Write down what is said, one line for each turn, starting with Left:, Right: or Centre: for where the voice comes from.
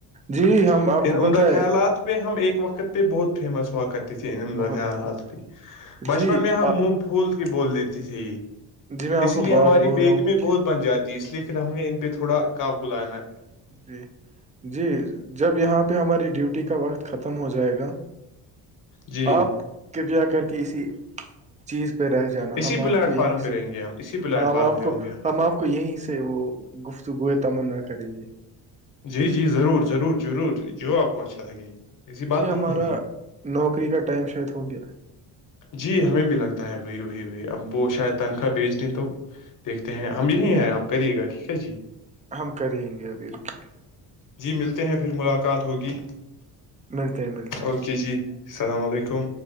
Right: جی ہم
Left: میں
Right: آپ کو
Left: ان عمدہ
Right: بتائے
Left: خیالات ہم ایک وقت پہ بہت فیمس ہوا کرتے تھے ان
Right: بہت
Left: خیالات
Right: بہت
Left: بھی بچپن
Right: جی
Left: میں ہم
Right: آ-
Left: پھول کے بول دیتی تھی
Right: جی میں آپ
Left: اس
Right: کو
Left: لیے
Right: بات
Left: ہماری
Right: بول
Left: بیگ
Right: رہا ہوں
Left: میں
Right: کہ
Left: بہت بن جاتی ہے اس لیے پھر ہمیں ان پہ تھوڑا قابل آنا
Right: جی جی جب یہاں پہ ہماری ڈیوٹی کا وقت ختم ہو جائے گا
Left: جی
Right: آپ کرپیا کر کے اسی چیز پہ رہ جانا
Left: اسی
Right: ہم
Left: پلیٹ
Right: آپ کو یہیں
Left: فارم پہ
Right: سے
Left: رہیں گے ہم اسی پلیٹ
Right: ہم
Left: فارم
Right: آپ
Left: پہ
Right: کو
Left: ہوں گے
Right: ہم آپ کو یہیں سے وہ گفتگو ہے تمنا کریں گے
Left: جی جی ضرور ضرور ضرور جو آپ کو اچھا لگے ایسی بات
Right: جی
Left: نہیں
Right: ہمارا
Left: ہے
Right: نوکری کا ٹائم شاید ہو گیا
Left: جی ہمیں بھی لگتا ہے وہی وہی وہی اب وہ شاید تنخواہ بیچ تو دیکھتے ہیں ہم یہی ہیں آپ کریے گا ٹھیک ہے جی
Right: ہم کریں گے ابھی رکی گے
Left: جی ملتے ہیں پھر ملاقات ہوگی
Right: ملتے ہیں ملتے
Left: اوکے
Right: ہیں
Left: جی السلام علیکم